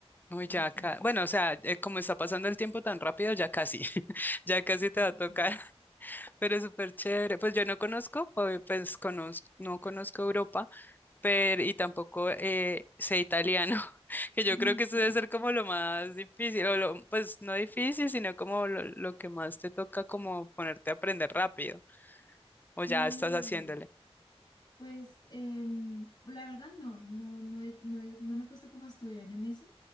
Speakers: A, on the left (about 15°); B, on the left (about 45°).
A: Uy,
B: Y
A: ya
B: pues
A: acá. Bueno, o sea, eh, como está pasando el tiempo tan rápido, ya casi. <laughs> Ya casi
B: sí.
A: te va a tocar. Pero es súper chévere. Pues yo no conozco, obvio, pues conozco, no conozco Europa, pero y tampoco eh, sé italiano, <laughs> que yo
B: Ah,
A: creo que eso
B: <laughs>
A: debe ser como lo más difícil, o lo, pues no difícil, sino como lo, lo que más te toca como ponerte a aprender rápido, o
B: sí.
A: ya estás haciéndole.
B: Pues em, la verdad no, no, no, he- no, he- no me he puesto como a estudiar en eso,